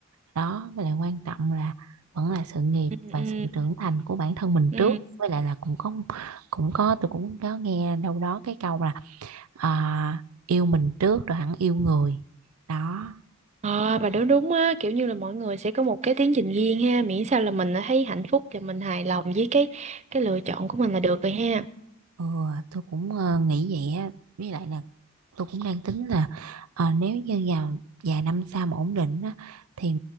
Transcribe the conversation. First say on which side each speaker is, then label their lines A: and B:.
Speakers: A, on the right; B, on the right.
A: đó với lại quan trọng là vẫn là sự nghiệp
B: ừ
A: và
B: ừ
A: sự trưởng thành của bản thân mình
B: ừ
A: trước với lại là cũng có cũng có tôi cũng có nghe đâu đó cái câu là à, yêu mình trước rồi hẳn yêu người đó
B: ờ bà nói đúng á kiểu như là mọi người sẽ có một cái tiến trình riêng ha miễn sao là mình thấy hạnh phúc và mình hài lòng với cái cái lựa chọn của mình là được rồi ha
A: Ừ, tôi cũng ờ, nghĩ vậy á với lại là tôi cũng đang tính là ờ, nếu như vào vài năm sau mà ổn định á, thì